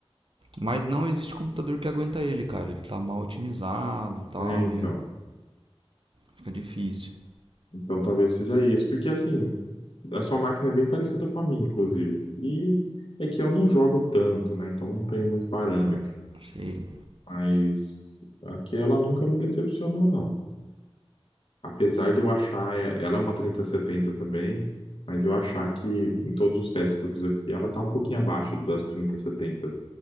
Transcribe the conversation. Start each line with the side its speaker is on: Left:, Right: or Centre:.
Right: Mas não existe computador que aguenta ele, cara. Ele tá mal otimizado e tal,
Left: É, então.
Right: e fica difícil.
Left: Então talvez seja isso, porque assim, a sua máquina é bem parecida com a minha, inclusive. E é que eu não jogo tanto, né? Então não tenho muito parâmetro.
Right: Sei.
Left: Mas aqui ela nunca me decepcionou, não. Apesar de eu achar, eh, ela é uma 3070 também, mas eu achar que em todos os testes que eu fiz aqui, ela tá um pouquinho abaixo das 3070